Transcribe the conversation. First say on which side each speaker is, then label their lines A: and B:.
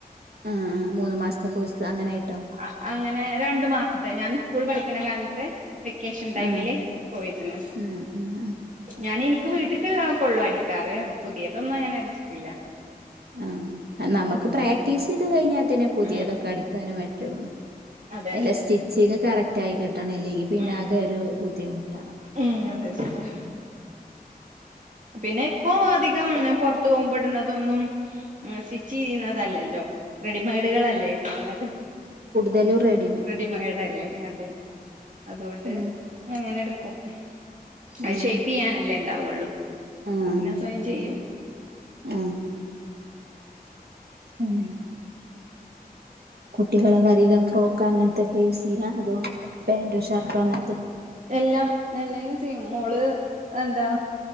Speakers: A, on the right; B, on the right.
A: ആഹ്, ആഹ് മൂന്ന് മാസത്തെ കൊഴ്സ് അങ്ങനെ ആയിട്ടോ?
B: അ അങ്ങനെ രണ്ടു മാസത്തെ, ഞാന് സ്കൂൾ പഠിക്ക്ണ കാലത്തെ. വെക്കേഷൻ ടൈമില്
A: ആഹ്
B: പോയിര്ന്നു.
A: ഉം ഉം
B: ഞാന് ഇൻക്ക് വീട്ട്ൽക്ക് ഉള്ളത് ഒക്കെ ഒള്ളു അടിക്കാറ്. പുതിയത് ഒന്നും അങ്ങനെ അടിച്ചിട്ടില്ല.
A: ഉം, നമ്മക്ക് പ്രാക്ടീസ് ചെയ്തു കഴിഞ്ഞാൽ തന്നെ, പുതിയ
B: ഉം
A: തൊക്കെ അടിക്കാനും പറ്റൊള്ളു.
B: അതെ
A: അല്ല, സ്റ്റിച്ചിങ്ങ് കറക്റ്റായി കിട്ടണം. ഇല്ലങ്കിൽ പിന്ന
B: ഉം
A: ആക ഒരു ബുദ്ധിമുട്ട.
B: ഉം, അതെ, <unintelligible> പിന്നെ, ഇപ്പൊ അതികം ഞാൻ പൊർത്ത് പോകുമ്പോ ഇട്ണ തൊന്നും. ഉം, സ്റ്റിച് ചെയ്യ്ണതല്ല ല്ലോ? റെഡി മെയ്ഡുകളല്ലേ, എടുക്കണത്.
A: ദെലു റെഡ്
B: റെഡി മെയ്ഡല്ലേ? അതെ, അതു കൊണ്ട്
A: ഉം
B: അങ്ങനെ ഇട്ക്കും. അത്
A: ആഹ്
B: ഷെയ്പ് ചെയ്യാനല്ലേ ഇണ്ടാവൊള്ളൂ?
A: ആഹ്
B: അത് പിന്നെ സ്വയം ചെയ്യും.
A: ആഹ്, ഉം കുട്ടികളൊക്കെ അധികം ഫ്രോക്ക് അങ്ങൻത്തൊക്കെ യൂസ് ചെയ്യാ, അതോ പാന്റും ഷർട് അങ്ങ
B: എല്ലം എല്ലാ യൂസെയ്യും. മോള് എന്താ